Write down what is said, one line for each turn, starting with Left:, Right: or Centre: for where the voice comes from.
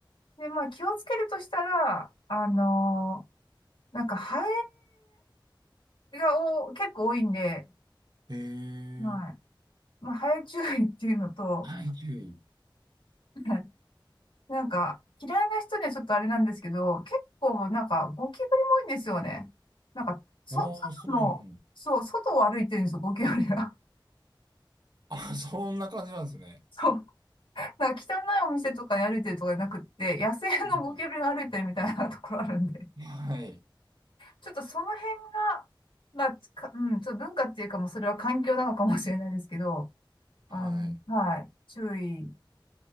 Left: で、まあ気をつけるとしたら、あのーなんかハエがお結構多いんで、
Right: へえ、
Left: はい。まあハエ注意っていうのと、
Right: はい、注意。
Left: はいなんか、嫌いな人にはちょっとあれなんですけど、結構なんか、ゴキブリも多いんですよね。なんか、そ、
Right: ああ、
Left: 外の、
Right: そうなんだ。
Left: そう、外を歩いてるんですよ、ゴキブリが。
Right: あ、そんな感じなんですね。
Left: <laughs> そう。なんか汚いお店とかに歩いてるとかじゃなくって、野生のゴキブリが歩いてるみたいなところあるんで。
Right: はいはい、
Left: ちょっとその辺が、まあ、かうん、ちょっと文化っていうかもうそれは環境なのかもしれないですけど、あの、
Right: はい、
Left: はい、注意